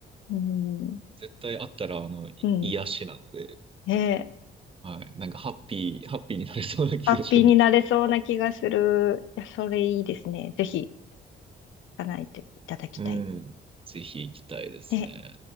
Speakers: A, on the left; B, on the right.
A: の。<laughs>
B: 絶対あったらあの、い癒しなので、
A: うん。うん。ねえ
B: はい。なんかハッピー、ハッピーになれそうな気がします。
A: ハッピーになれそうな気がする。いや、それいいですね。ぜひ、叶えていただきたい。
B: うん。ぜひ行きたいですね。
A: ね